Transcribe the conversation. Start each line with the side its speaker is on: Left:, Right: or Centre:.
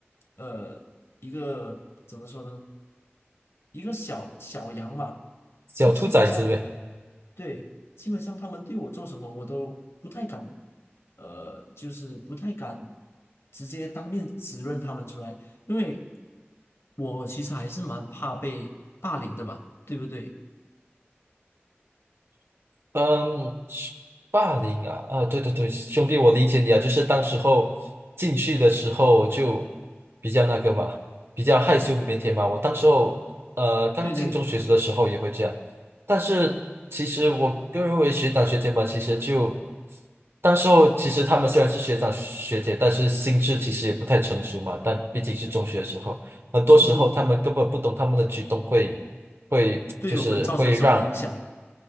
Left: 呃，一个怎么说呢，一个小小羊吧，
Right: 小兔崽子呗。
Left: 就基本上，对，基本上他们对我做什么，我都不太敢，呃，就是不太敢直接当面指认他们出来，因为我其实还是蛮怕被霸凌的吧，对不对？
Right: 嗯，霸凌啊，啊，对对对，兄弟，我理解你啊，就是当时候进去的时候就比较那个嘛，比较害羞腼腆嘛。我当时候呃刚进中学的时候也会这样，
Left: 对对，
Right: 但是其实我个人认为学长学姐嘛，其实就当时候其实他们虽然是学长学姐，但是心智其实也不太成熟嘛。但毕竟是中学的时候，很多时候他们根本不懂他们的举动会会就是会让。
Left: 嗯。对我们造成什么影响？